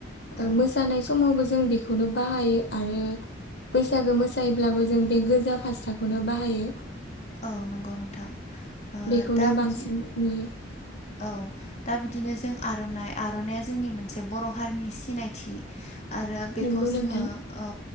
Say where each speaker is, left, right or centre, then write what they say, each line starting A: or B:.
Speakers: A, on the left (about 60°); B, on the left (about 35°).
A: ओ
B: औ
A: मोसानाय समावबो जों बेखौनो बाहायो आरो बैसागो मोसायोब्लाबो जों बे गोजा फास्राखौनो बाहायो
B: औ नंगौ नोंथां ओ
A: बेखौनो
B: दा बिदि
A: बांसिन नुयो
B: औ दा बिदिनो जों आरनाइ आरनाइया जोंनि मोनसे बर'हारिनि सिनायथि आरो बेखौ
A: नंगौ
B: जोङो
A: नोंथां।
B: औ